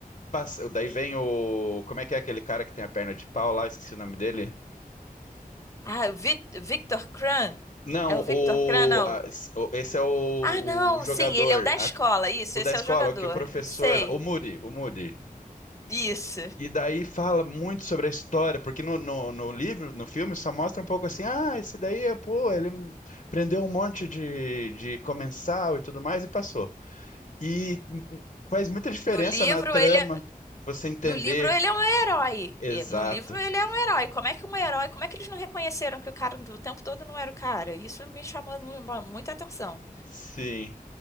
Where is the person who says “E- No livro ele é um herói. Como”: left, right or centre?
Left